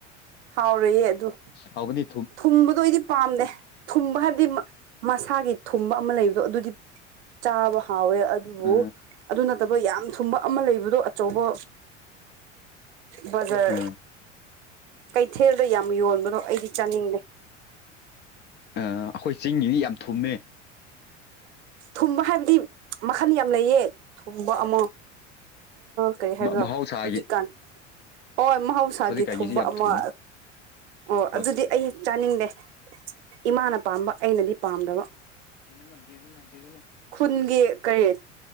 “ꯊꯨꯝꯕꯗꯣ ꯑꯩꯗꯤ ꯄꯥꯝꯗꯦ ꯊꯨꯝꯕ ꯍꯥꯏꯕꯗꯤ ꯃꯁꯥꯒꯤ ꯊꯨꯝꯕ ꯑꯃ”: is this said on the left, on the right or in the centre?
Right